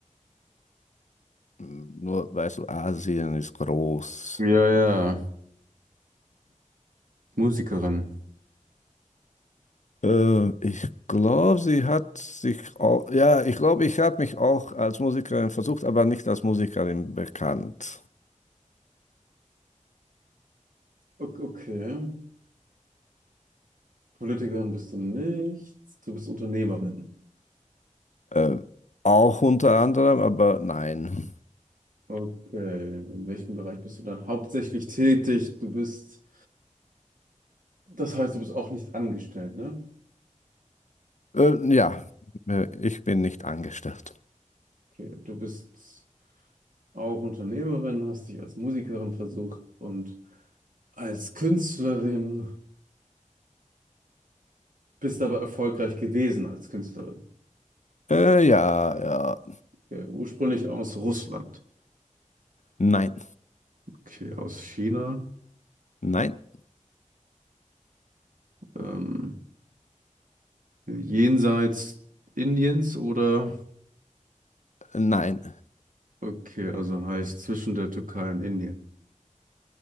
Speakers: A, on the left (about 65°); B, on the right (about 80°).
A: Nur, weißt du, Asien ist groß.
B: Ja, ja, Musikerin.
A: Äh, ich glaube, sie hat sich auch, ja, ich glaube, ich habe mich auch als Musikerin versucht, aber nicht als Musikerin bekannt.
B: Ok- Okay. Politikerin bist du nicht. Du bist Unternehmerin.
A: Äh, auch unter anderem, aber nein.
B: Okay. In welchem Bereich bist du dann hauptsächlich tätig? Du bist, das heißt, du bist auch nicht angestellt, ne?
A: Äh, ja, äh, ich bin nicht angestellt.
B: Okay. Du bist auch Unternehmerin, hast dich als Musikerin versucht und als Künstlerin. Bist aber erfolgreich gewesen als Künstlerin.
A: Äh, ja, ja,
B: Okay. Ursprünglich aus Russland.
A: nein,
B: Okay, aus China.
A: nein,
B: Ähm, jenseits Indiens oder?
A: nein.
B: Okay, also heißt zwischen der Türkei und Indien.